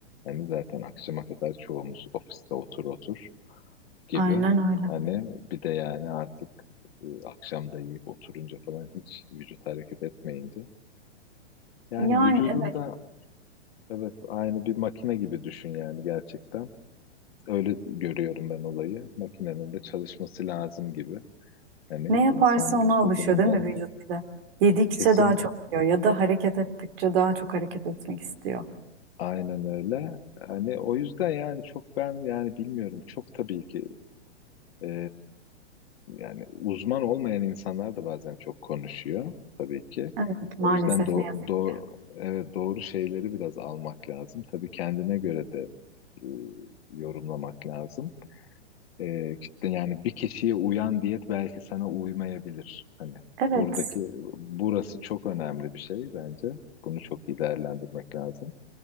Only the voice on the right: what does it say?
Aynen öyle.
Yani
evet.
Ne yaparsa
ona
alışıyor değil
mi vücut bize? Yedikçe
daha çok yiyor ya da hareket ettikçe daha çok hareket etmek istiyor.
Evet maalesef
ne yazık
ki.
Evet